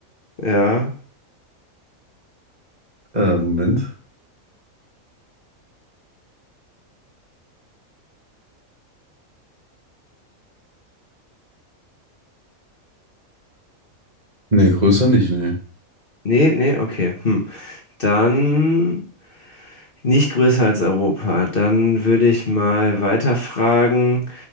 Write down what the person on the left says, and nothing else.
Ja.
Nee, nee, okay. Hm. Dann nicht größer als Europa. Dann würde ich mal weiterfragen.